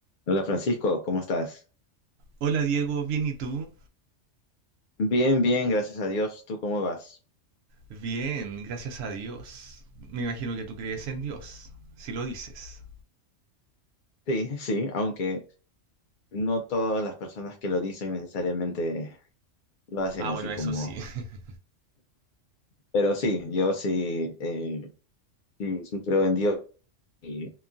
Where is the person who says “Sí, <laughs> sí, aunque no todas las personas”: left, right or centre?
Left